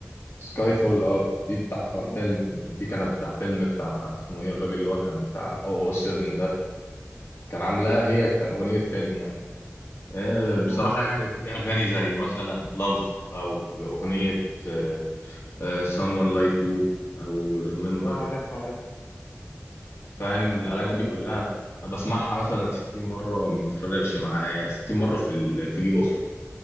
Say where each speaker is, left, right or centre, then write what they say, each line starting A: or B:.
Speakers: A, on the left (about 55°); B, on the left (about 85°).
A: سكاي فول اه دي بتاع
B: امم
A: فيلم دي كانت بتاع فيلم بتاع اسمه ايه الراجل اللي هو كان بتاع 007 ده كان عاملاها
B: امم
A: هي كان أغنية فيلم يعني آه،
B: ايوه
A: بصراحة يعني في أغاني زي مثلا لاف أو أغنية آه، آه، someone like you أو remember
B: اه عارف عارف
A: فاهم الأغاني
B: طب
A: دي كلها أنا بسمعها مثلا 60 مرة ما بتفرقش معايا 60 مرة في ال- في اليوم